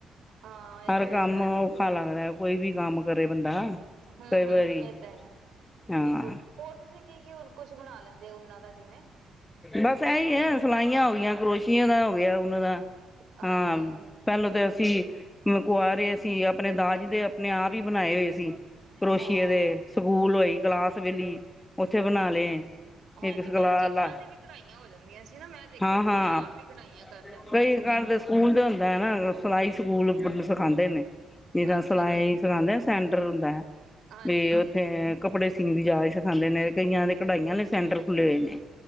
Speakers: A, on the right; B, on the left.
A: ਹਾਂ ਇਹ
B: ਹਰ
A: ਤਾਂ ਹੈਗਾ
B: ਕੰਮ ਔਖਾ ਲੱਗਦਾ ਕੋਈ ਵੀ ਕੰਮ ਕਰੇ ਬੰਦਾ।
A: ਹੂੰ-ਹੂੰ
B: ਕਈ ਵਾਰੀ
A: ਇਹ ਤਾਂ ਹੈਗਾ
B: ਹਾਂ
A: ਬਿਲਕੁਲ ਹੋਰ ਤੁਸੀਂ ਕੀ-ਕੀ ਕੁਛ ਬਣਾ ਲੈਂਦੇ ਉਹਨਾਂ ਦਾ ਜਿਵੇਂ
B: ਬਸ ਐਹੀ ਹੈ ਸਿਲਾਈਆਂ ਹੋ ਗਈਆਂ ਕਰੋਸ਼ੀਆਂ ਦਾ ਹੋ ਗਿਆ ਉਹਨਾਂ ਦਾ
A: ਹਾਂਜੀ
B: ਹਾਂ ਪਹਿਲਾਂ ਤਾਂ ਅਸੀਂ ਕੁਆਰੇ ਸੀ ਆਪਣੇ ਦਾਜੀ ਦੇ ਆਪਣੇ ਆਪ ਹੀ ਬਣਾਏ ਹੋਏ ਕਰੋਸ਼ੀਏ
A: ਹਾਂ
B: ਦੇ ਸਕੂਲ ਹੋਈ ਗਲਾਸ ਸਵੇਲੀ ਉੱਥੇ ਬਣਾ ਲਏ।
A: ਹਾਂਜੀ
B: ਇੱਕ ਸਖਲਾਹ
A: ਪਹਿਲੇ ਚਾਦਰਾਂ
B: ਵਾਲਾ
A: ਤੇ ਵੀ ਕਢਾਈਆਂ ਹੋ ਜਾਂਦੀਆਂ ਸੀ ਨਾ ਮੈਂ ਦੇਖਿਆ
B: ਹਾਂ-ਹਾਂ
A: ਕੁੜੀਆਂ ਆਪ ਹੀ ਕਢਾਈਆਂ ਕਰ ਲੈਂਦੀਆਂ
B: ਕਈ
A: ਸੀਗੀਆਂ
B: ਘਰ ਤਾਂ ਸਕੂਲ ਤਾਂ ਹੁੰਦਾ ਹੈ ਨਾ ਸਿਲਾਈ ਸਕੂਲ ਸਿਖਾਦੇ ਨੇ। ਜਿੱਦਾਂ
A: ਅੱਛਾ
B: ਸਿਲਾਈ
A: ਜੀ
B: ਸਿਖਾਉਂਦੇ ਸੈਂਟਰ ਹੁੰਦਾ ਹੈ।
A: ਹਾਂਜੀ
B: ਵੀ ਉੱਥੇ ਕੱਪੜੇ ਅਸੀਂ ਵੀ ਜਾਚ ਸਿਖਾਦੇ ਨੇ ਕਈਆਂ ਦੇ ਕਢਾਈਆਂ ਨੇ ਸੈਂਟਰ ਖੁੱਲ੍ਹੇ ਹੋਏ ਨੇ